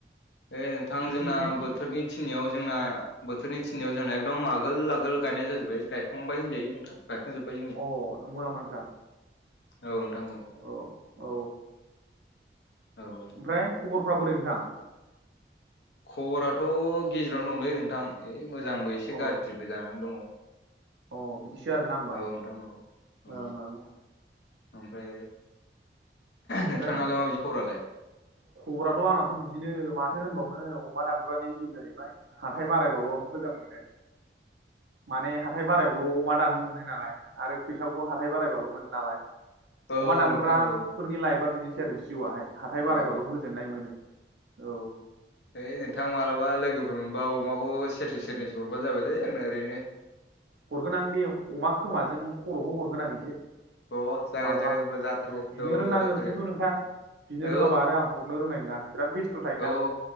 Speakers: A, on the left (about 80°); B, on the right (about 85°).
A: ओ नोंथां
B: नोंसिनिथिं
A: जोंना बोथोरनि थिनियाव जोंना बोथोरनि थिनियाव जोंना एकदम आगोल आगोल गायनाय जाजोबबाय गायखांबाय होनजायो नोंथां। गायखजोबबाय जों।
B: अ नोंगौ नामा नोंथां
A: औ नोंथां
B: औ। औ
A: औ
B: ओमफ्राय खबरफ्रा बोरै नोंथां?
A: खबराथ' गेजेरावनो दंलै नोंथां मोजांबो एसे
B: अ
A: गाज्रिबो जानानै दङ।
B: अ बिदिसो आरोना होमबा
A: औ नोंथां औ औ
B: ओं ओं
A: ओमफ्राय
B: ओमफ्राय
A: नोंथांनालाय माबायदि खबरालाय?
B: खबराथ' आंनाथ' बिदिनो माथो होनबावनो अमा दानग्रानि जिउ जाहैबाय। हाथाय बारायबाल' मोजां मोनो। माने हाथाय बारायावल' अमा दाननो मोनो नालाय आरो फैसाखौबो हाथाय बारायबाल' मोनो नालाय।
A: औ
B: अमा दानग्राफोरनि
A: नोंथां औ
B: लाइफआ बिदिनोसै आरो जिउआहाय। हाथाय
A: औ
B: बारायबाल' गोजोननाय मोनो औ
A: हैओइ नोंथां मालाबा लोगोफोर मोनबा अमाखौ सेरनै सेरनैसो हरबानो जाबायलै आंना ओरैनो।
B: हरगोन आं दे अमा खोमाजों खर'खौ हरगोन आं एसे
A: अ जागोन
B: मालाबा
A: जागोन होनबा जाथारगोन
B: औ बिदिनो रोंनांगोन
A: जाथारगोन
B: खिन्थु नोंथां बिनो
A: औ
B: रोङाबा आरो आं हरनो रोंनाय नङा बिराद बेस्थ' थायोना
A: औ